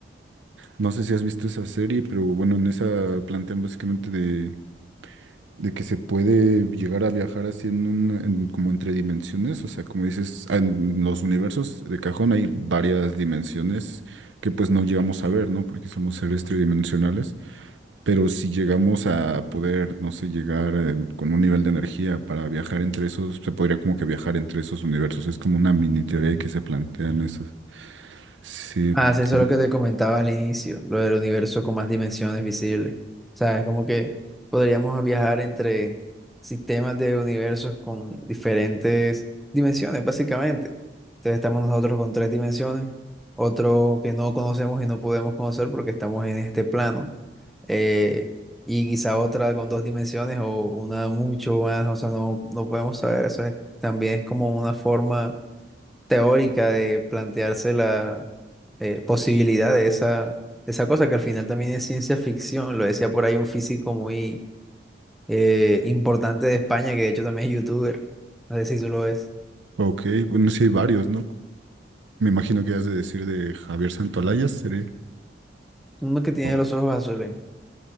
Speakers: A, on the right (about 90°); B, in the centre.
A: No sé si has visto esa serie, pero bueno, en esa plantean básicamente de, de que se puede llegar a viajar así en un, en- como entre dimensiones, o sea, como dices, en los universos de cajón hay varias dimensiones que pues no llegamos a ver, ¿no? Porque somos seres tridimensionales. Pero si llegamos a poder, no sé, llegar eh, con un nivel de energía para viajar entre esos, se podría como que viajar entre esos universos. Es como una mini teoría que se plantean esas. Sí,
B: Ah, sí, eso
A: como-
B: es lo que te comentaba al inicio, lo del universo con más dimensiones visibles. O sea, es como que podríamos viajar entre sistemas de universos con diferentes dimensiones, básicamente. Entonces estamos nosotros con tres dimensiones, otro que no conocemos y no podemos conocer porque estamos en este plano, eh, y quizá otra con dos dimensiones o una mucho más, o sea, no, no podemos saber. Eso es- también es como una forma teórica de plantearse la eh, posibilidad de esa, de esa cosa que al final también es ciencia ficción. Lo decía por ahí un físico muy eh, importante de España, que de hecho también es youtuber. No sé si tú lo ves.
A: ok, bueno, sí hay varios, ¿no? Me imagino que has de decir de Javier Santolayas, sería,
B: Uno que tiene
A: o
B: los ojos azules.